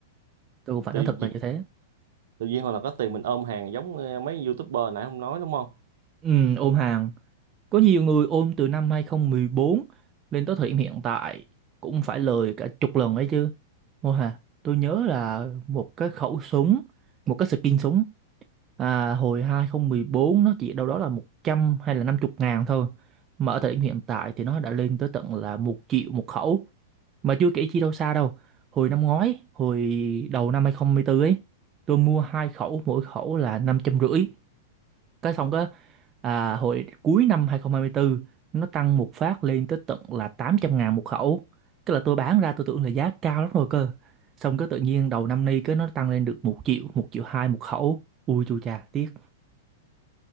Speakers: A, on the right; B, on the right.
A: tôi cũng phải
B: tùy
A: nói thật
B: duyên
A: là như thế
B: tự nhiên hoặc là có tiền mình ôm hàng giống ờ, mấy youtuber nãy không nói đúng không
A: Ừm, ôm hàng có nhiều người ôm từ năm 2014 lên tới thời điểm hiện tại cũng phải lời cả chục lần ấy chứ Mô Hà tôi nhớ là một cái khẩu súng một cái skin súng à, hồi 2014 nó chỉ đâu đó là 100 hay là 50 ngàn thôi mà ở thời điểm hiện tại thì nó đã lên tới tận là một triệu một khẩu mà chưa kể chi đâu xa đâu hồi năm ngoái hồi đầu năm 2024 ấy tôi mua hai khẩu mỗi khẩu là năm trăm rưỡi cái xong cái à, hồi cuối năm 2024 nó tăng một phát lên tới tận là 800 ngàn một khẩu cái là tôi bán ra tôi tưởng là giá cao lắm rồi cơ xong cái tự nhiên đầu năm nay cái nó tăng lên được một triệu một triệu hai một khẩu ui chu cha tiếc